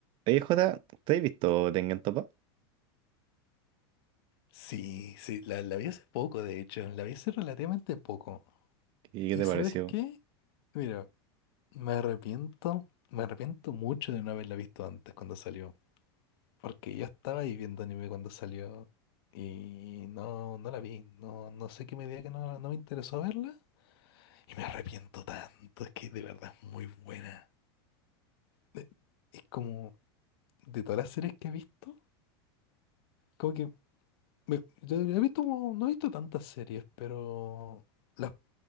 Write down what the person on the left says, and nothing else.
Sí, sí, la, la vi hace poco, de hecho, la vi hace relativamente poco.
¿Y
sabes
qué? Mira, me arrepiento, me arrepiento mucho de no haberla visto antes cuando salió, porque yo estaba ahí viendo anime cuando salió y no, no la vi, no, no sé qué me diga que no, no me interesó verla y me arrepiento tanto, es que de verdad es muy buena. Eh, Es como de todas las series que he visto, como que me- yo he visto, como- no he visto tantas series, pero... las